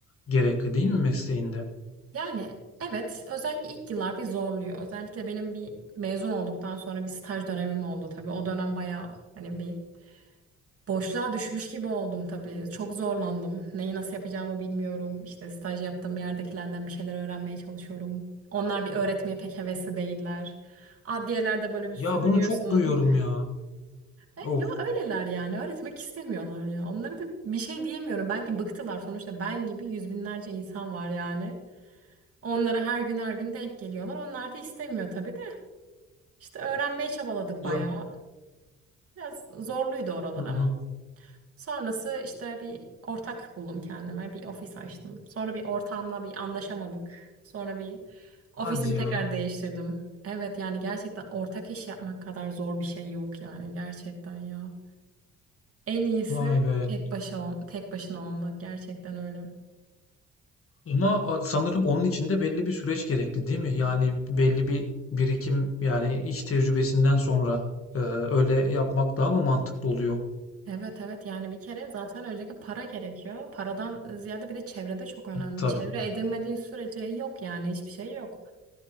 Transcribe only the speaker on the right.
Yani evet özellikle ilk yıllar bir zorluyor. Özellikle benim bir mezun olduktan sonra bir staj dönemim oldu tabii. O dönem bayağı hani bir Boşluğa düşmüş gibi oldum tabii. Çok zorlandım. Neyi nasıl yapacağımı bilmiyorum. İşte staj yaptığım yerdekilerden bir şeyler öğrenmeye çalışıyorum. Onlar bir öğretmeye pek hevesli değiller. Adliyelerde böyle bir
sürünüyorsun.
E,
yo öyleler yani. Öğretmek istemiyorlar ya. Onlara da bir şey diyemiyorum. Belki bıktılar. Sonuçta ben gibi yüz binlerce insan var yani. Onlara her gün her gün denk geliyorlar. Onlar da istemiyor tabii de. İşte öğrenmeye çabaladık
bayağı. Biraz zorluydu oralar
ama. Sonrası işte bir ortak buldum kendime. Bir ofis açtım. Sonra bir ortamla bir anlaşamadık. Sonra bir ofisimi
tekrar
değiştirdim. Evet yani gerçekten ortak iş yapmak kadar zor bir şey yok yani gerçekten ya. En iyisi
tek başı ol- tek başına olmak gerçekten öyle.
Evet evet yani bir kere zaten önceki para gerekiyor. Paradan ziyade bir de çevrede çok önemli.
Çevre edinmediğin sürece yok yani hiçbir şey yok.